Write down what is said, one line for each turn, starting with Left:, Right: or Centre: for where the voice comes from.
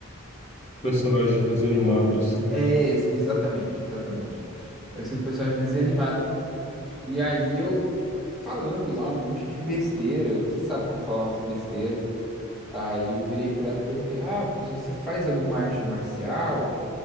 Left: Personagem desanimado, assim.
Centre: É, ex- exatamente, exatamente. Parecendo um personagem de desenho animado. E aí eu falando lá um monte de besteira, que você sabe que eu falo umas besteiras. Aí eu virei pra ela e perguntei: Ah, mas você faz alguma arte marcial?